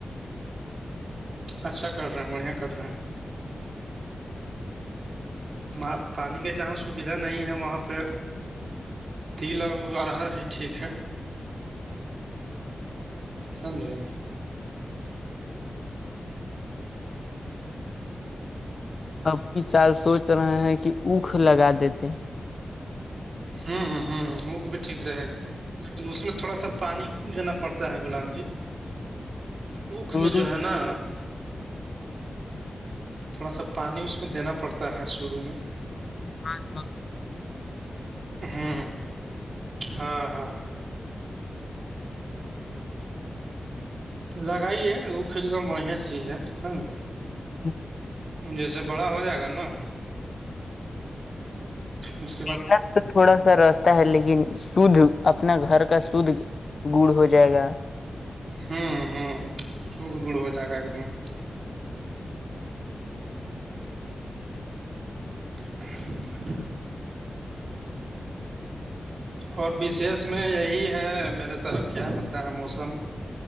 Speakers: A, on the right; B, on the left.
A: اچھا کر رہے ہیں بڑھیا کر رہے ہیں وہاں پانی کے جہاں سویدھا نہیں ہے وہاں پہ تل ارہر ہی ٹھیک ہے سمجھے
B: اب کی سال سوچ رہے ہیں کہ اوکھ لگا دیتے
A: ہوں ہوں ہوں وکھ بھی ٹھیک رہے گا لیکن اس میں تھوڑا سا پانی دینا پڑتا ہے غلام جی اوکھ
B: دور
A: میں جو ہے نا تھوڑا سا پانی اس میں دینا پڑتا ہے شروع میں
B: ہاں <unintelligible>
A: ہوں ہاں ہاں لگائیے او کھ ایک دم بڑھیا چیز ہے سمج
B: جی <inaudible>
A: جیسے بڑا ہو جائے گا نا اس کے
B: ہاں <unintelligible>
A: بعد
B: تو تھوڑا سا رہتا ہے لیکن شدھ اپنا گھر کا شھ گڑ ہو جائے گا
A: ہوں ہوں خود گڑ ہو جائے گا ایک دم <inaudible> اور وشیش میں یہی ہے میرے طرف کیا بت ہے موسم